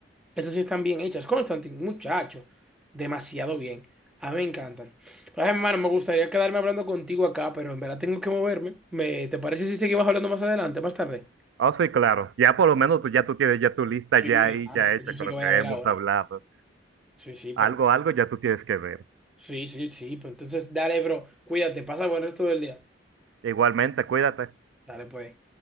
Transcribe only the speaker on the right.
Ah, sí, claro, ya por lo menos tú ya tú tienes ya tu lista
ya
ahí,
ya hecha
con
lo
que
hemos
hablado.
Algo, algo ya tú tienes que ver.
Igualmente, cuídate.